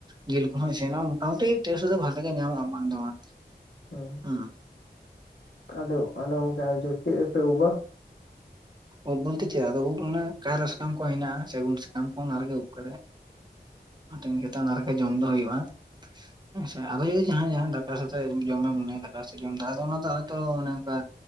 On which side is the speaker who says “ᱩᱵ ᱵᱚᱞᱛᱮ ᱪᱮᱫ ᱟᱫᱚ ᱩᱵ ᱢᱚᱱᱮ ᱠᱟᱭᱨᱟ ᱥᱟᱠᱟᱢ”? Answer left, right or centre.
Right